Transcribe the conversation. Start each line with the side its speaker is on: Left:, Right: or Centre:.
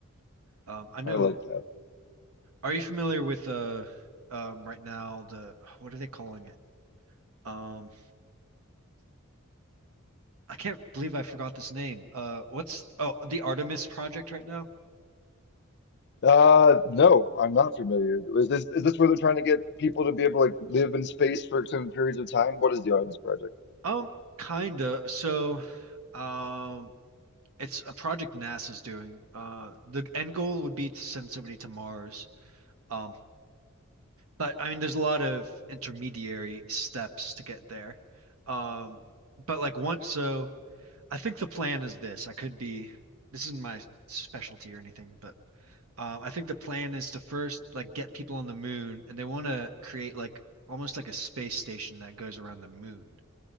Right: Um I know
Left: I like that.
Right: Are you familiar with uh um right now the what are they calling it? Um I can't believe I forgot this name. Uh what's oh the Artemis project right now?
Left: Uh, no, I'm not familiar. Is this is this where they're trying to get people to be able to like live in space for extended periods of time? What is the Artemis Project?
Right: Um kinda. So um it's a project NASA's doing. Uh the end goal would be to send somebody to Mars. Um but I mean there's a lot of intermediary steps to get there. Um but like once so I think the plan is this. I could be this isn't my specialty or anything, but Um, I think the plan is to first like get people on the moon, and they want to create like almost like a space station that goes around the moon.